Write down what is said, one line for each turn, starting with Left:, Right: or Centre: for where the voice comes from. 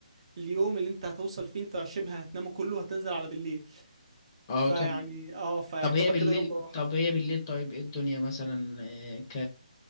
Right: اليوم اللي انت هتوصل فيه انت شبه هتنامه كله هتنزل على بالليل
Left: آه،
Right: فيعني
Left: تم
Right: اه فيعتبر
Left: طب هي بالليل
Right: كده يوم راح
Left: طب هي بالليل طيب ايه الدنيا مثلا آه، ك